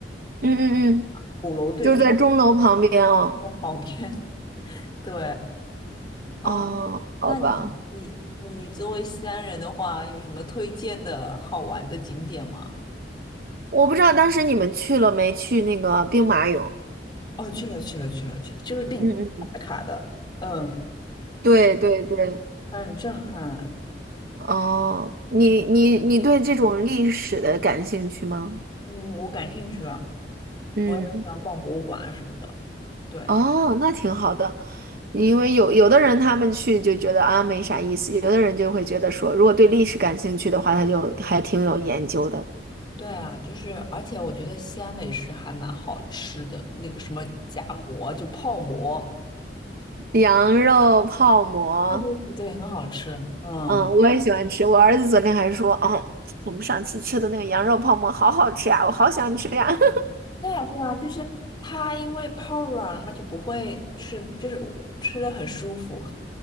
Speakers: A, on the right; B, on the left.
A: 嗯嗯嗯，
B: 鼓楼对面，
A: 就是在钟楼旁边哦。
B: <laughs> 鼓楼旁边。<laughs> 对啊，
A: 哦，好吧，
B: 那你你你作为西安人的话，有什么推荐的好玩的景点吗？
A: 我不知道当时你们去了没去那个兵马俑。
B: 哦，去了去了去了去，就是必打卡的，
A: 嗯嗯嗯。
B: 嗯，
A: 对对对，
B: 很震撼，
A: 哦，你你你对这种历史的感兴趣吗？
B: 嗯，我感兴趣啊，
A: 嗯，
B: 我也很喜欢逛博物馆啊什么的。对，
A: 哦，那挺好的，因为有有的人他们去就觉得啊没啥意思，
B: 嗯。
A: 有的人就会觉得说，如果对历史感兴趣的话，他就还挺有研究的。
B: 对啊，就是，而且我觉得西安美食还蛮好吃的，那个什么夹馍，就泡馍，
A: 羊肉泡馍，
B: 对对对，对很好吃。嗯，
A: 嗯，我也喜欢吃。我儿子昨天还说，哦，我们上次吃的那个羊肉泡馍好好吃呀，我好想吃呀、<laughs>
B: 对啊对啊，就是它因为泡软了嘛，就不会吃，就是吃的很舒服。